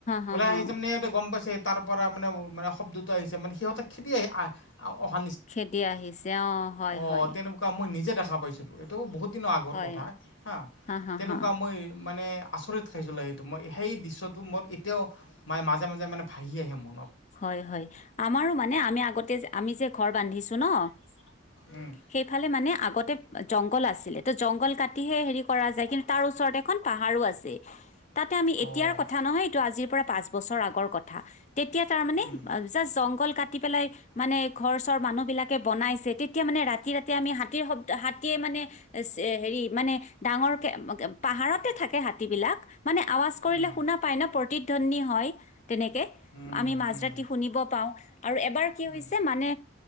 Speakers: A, on the left; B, on the left.
A: হা
B: ওলাই
A: হা
B: আহিছে মানে সিহঁতে গম পাইছে, তাৰ পৰা মানে- মানে শব্দটো আহিছে, মানে সিহতে খেদি আহ অহা
A: খেদি আহিছে অ'। হয়
B: অ'
A: হয়
B: তেনেকুৱা মই নিজে দেখা না দেখা পাইছিলো এইটোও বহুত দিনৰ আগৰ
A: হয়
B: কথা হা
A: হা
B: তেনেকুৱা
A: হা
B: মই মানে আচৰিত খাইছিলো সেইটো মই সেই দৃশ্যটো মোৰ এতিয়াও মানে মাজে মাজে মানে ভাহি আহে মোৰ।
A: হয়-হয়, আমাৰো মানে আমি আগতে আমি যে ঘৰ বান্ধিছো ন'
B: উম।
A: সেইফালে মানে আগত তে জংঘল আছিলে ত' জংঘল কাটিহে হেৰি কৰা যায় কিন্তু তাৰ ওচৰত এখন পাহাৰো আছে। তাতে আমি
B: অ'।
A: এতিয়াৰ কথা নহয়। এইটো আজিৰ পৰা পাঁচ বছৰ আগৰ কথা। তেতিয়া তাৰ মানে
B: উম,
A: জাষ্ট জংঘল কাটি কাতি পেলাই মানে ঘৰ-চৰ মানুহ বিলাকে বনাইছে। তেতিয়া মানে ৰাতি, ৰাতি আমি হাতীৰ শব্দ হাতীয়ে মানে মানে হেৰি মানে ডাঙৰকে পাহাৰতে থাকে হাতী বিলাক। মানে আৱাজ কৰিলে
B: উম,
A: শুনা পায় ন' প্ৰতিধ্বনি হয় তেনেকে।
B: উম,
A: আমি মাজ
B: উম,
A: ৰাতি শুনিব পাওঁ আৰু এবাৰ কি
B: উম,
A: হৈছে মানে